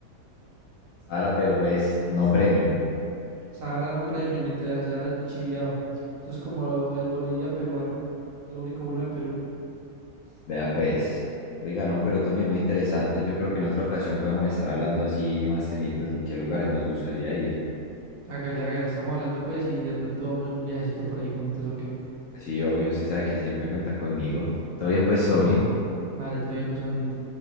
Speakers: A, on the left; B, on the right.
A: Sara, pero pues no premium.
B: <laughs> Sahara no premium, literal, Sahara chiviado. Eso es como el Bolivia peruano. Lo único bueno de Perú.
A: Vea pues. Oiga, no, pero Tommy, muy interesante. Yo creo que en otra ocasión podemos estar hablando así más semitas y qué lugares nos gustaría ir.
B: Hágale, hágale, estamos hablando pues y de pronto vamos un viajecito por ahí juntos o qué.
A: Sí, obvio, usted sabe que siempre cuenta conmigo. Todo bien, pues, Tommy.
B: Epa. Vale, todo bien pues, Juanmita.